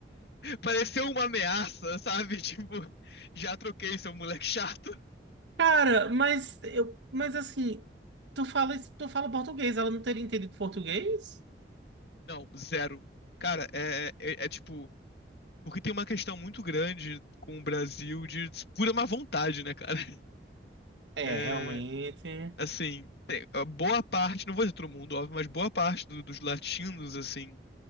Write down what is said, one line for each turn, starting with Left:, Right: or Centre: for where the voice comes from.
Left: Pareceu uma ameaça, sabe? <laughs> Tipo, já troquei, seu moleque chato.
Right: Cara, mas eu, mas assim, tu fala, tu fala português, ela não teria entendido português?
Left: Não, zero. Cara, é, é, é é, tipo. Porque tem uma questão muito grande com o Brasil de pura má vontade, né, cara? <laughs>
Right: É,
Left: É,
Right: realmente.
Left: assim, tem- a boa parte, não vou dizer todo mundo, óbvio, mas boa parte do- dos latinos, assim,